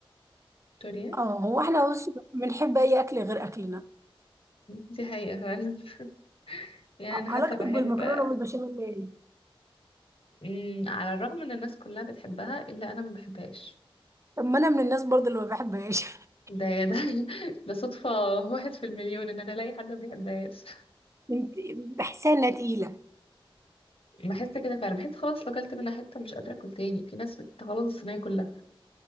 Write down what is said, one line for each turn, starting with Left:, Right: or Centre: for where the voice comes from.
Left: توريا
Right: اه هو احنا بص بنحب اي اكل غير اكلنا
Left: دي حقيقة فعلا <laughs> يعني
Right: آه،
Left: أنا حتى
Right: علاقتك
Left: بحب
Right: بالمكرونه
Left: آه،
Right: والبشاميل ايه
Left: مم، على الرغم إن الناس كلها بتحبها إلا أنا ما بحبهاش
Right: طب ما انا من الناس برضه اللي ما بحبهاش <laughs>
Left: ده ده <laughs> ده صدفة واحد في المليون ان انا الاقي حد ما بيحبهاش
Right: انت- بحسها انها تقيله
Left: بحس كده فعلا بحس خلاص لو اكلت منها حتة مش قادرة اكل تاني في ناس بتغلط الصينية كلها